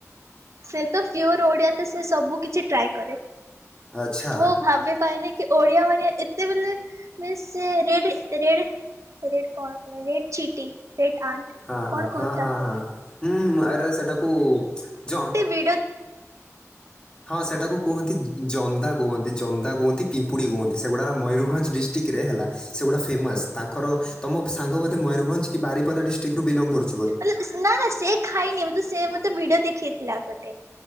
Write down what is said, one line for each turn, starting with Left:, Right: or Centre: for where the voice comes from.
Right: ସେ ତ ପିଓର ଓଡିଆ ତ ସେ ସବୁ କିଛି ଟ୍ରାଏ କରେ।
Left: ଆଚ୍ଛା
Right: ମୁଁ ଭାବିପାରିନି କି ଓଡିଆ ମାନେ ଏତେ ବୋଲେ ମି ସେ ରେଡ୍ ରେଡ ରେଟ୍ କଣ କୁହାଯାଏ ରେଟ୍ ଚିଟି ରେଟ୍ ଆଣ୍ଟ।
Left: ହଁ
Right: କଣ
Left: ହଁ
Right: କୁହନ୍ତି
Left: ହଁ
Right: ତାକୁ
Left: ହଁ ହଁ ହୁଁ ଆରେ ସେଟାକୁ ଜ
Right: ଭିଡ଼
Left: ହଁ ସେଟାକୁ କୁହନ୍ତି ଜନ୍ଦା କୁହନ୍ତି ଜନ୍ଦା କୁହନ୍ତି ପିମ୍ପୁଡ଼ି କୁହନ୍ତି ସେଗୁଡ଼ା ମୟୂରଭଞ୍ଜ ଡିଷ୍ଟ୍ରିକ୍ଟରେ ହେଲା ସେଗୁଡ଼ା ଫେମସ୍। ତାଙ୍କର ତମ ସାଙ୍ଗ ବୋଧେ ମୟୂରଭଞ୍ଜ କି ବାରିପଦା ଡିଷ୍ଟିକ୍ରୁ ବିଲଙ୍ଗ କରୁ
Right: ମତ ନା ନା ସେ ଖାଇନି ସେ ମତେ ଭିଡିଓ ଦେଖେଇଥିଲା ଗୋଟେ।